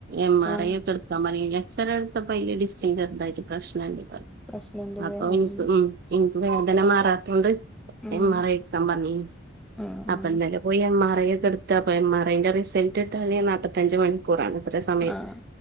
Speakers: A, on the right; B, in the centre.
A: എം ആർ
B: ആഹ്
A: ഐ ഒക്കെ ഇട് <unintelligible> എക്സ് റേ ഇ ട് തപ്പോ ഡിസ്കിന് പ്രശ്നണ്ട്
B: പ്രശ്നണ്ട്ല്ലേ
A: അപ്പൊ <unintelligible>
B: ഉം
A: ഇൻക്ക് വേദന മാറാത്തൊണ്ട്.
B: ഉം
A: എം ആർ ഐ ഇട്ക്കാൻ പറിഞീനി
B: ഉം
A: അപ്പൊന്നലെ
B: ഉം
A: പോയി എം ആർ ഐ ഒക്കെ ഇടു ത്താപ്പം എം ആർ ഐ ന്റെ റിസൾട്ട്ട്ടാന് നാപ്പത്തഞ്ച് മണി ക്കൂറാണത്രെ സമയം
B: ആഹ്